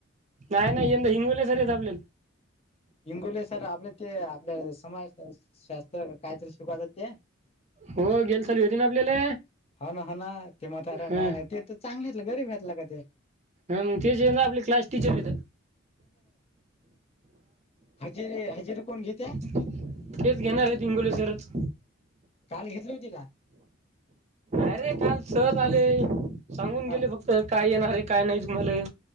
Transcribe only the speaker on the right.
नाही नाही यंदा हिंगोले सरी झले.
हो गेल साली होते ना आपल्याला
हां
ह मग ते जे ना आपले क्लास टीचर येत हा.
तेच घेणार आहे हिंगोली सरच
अरे काल सज आले सांगून
गेले फक्त काय येणारे काय नाही तुम्हाला